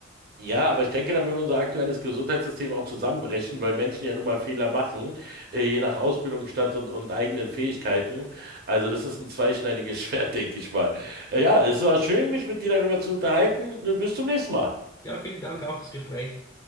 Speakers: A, on the right (about 50°); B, on the left (about 15°).
A: Ja, aber ich denke, da würde unser aktuelles Gesundheitssystem auch zusammenbrechen, weil Menschen ja nun mal Fehler machen, äh, je nach Ausbildungsstand und, und eigenen Fähigkeiten. Also das ist ein zweischneidiges <laughs> Schwert, denke ich mal. Äh, Ja, es war schön, mich mit dir darüber zu unterhalten. Äh, Bis zum nächsten Mal.
B: Ja, vielen Dank auch fürs Gespräch.